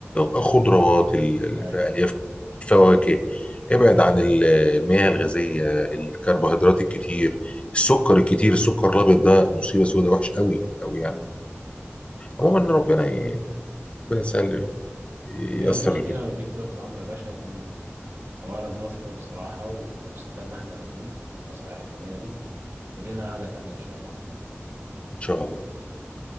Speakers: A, on the left; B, on the right.
A: الخضروات اللي
B: <laughs>
A: فيها
B: ايوه
A: الياف فواكه ابعد عن ال- المياه الغازيه الكربوهيدرات الكتير السكر الكتير السكر الابيض ده مصيبه سوداء وحش قوي قوي يعني
B: امم
A: عموما
B: تمام
A: ربنا
B: ربنا
A: ي-
B: يعافينا
A: ربنا يسهل ييسر
B: امين ربنا
A: اللي
B: يدينا
A: فيه
B: ويديك طول العمر يا باشا كان حوار مثمر بصراحه واستفدنا احنا الاثنين من النصايح الجميله دي ولينا قعده ثانيه ان شاء الله
A: ان شاء الله